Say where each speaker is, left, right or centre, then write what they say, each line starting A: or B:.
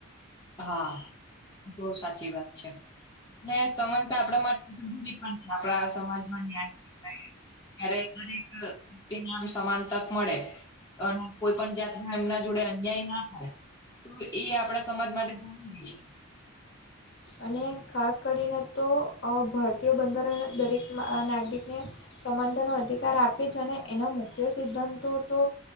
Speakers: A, on the left; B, on the left.
A: હા બઉ સાચી વાત છે. ને સમાનતા આપડા માટે જરૂરી પણ છે. આપણા સમાજમાં ન્યાય <inaudible> ત્યારે દરેક વ્યક્તિને આમ સમાન તક મળે. અને કોઈ પણ જાત ના એમના જોડે અન્યાય ના થાય તો એ આપણા સમાજ મા ટે જરુરી છે
B: અને ખાસ કરીને તો અહ ભરતીય બંધારણ દરેકમાં અહ નાગરિકને સમાનતાનો અધિકાર આપે છે. અને એનો મુખ્ય સિદ્ધાંતો તો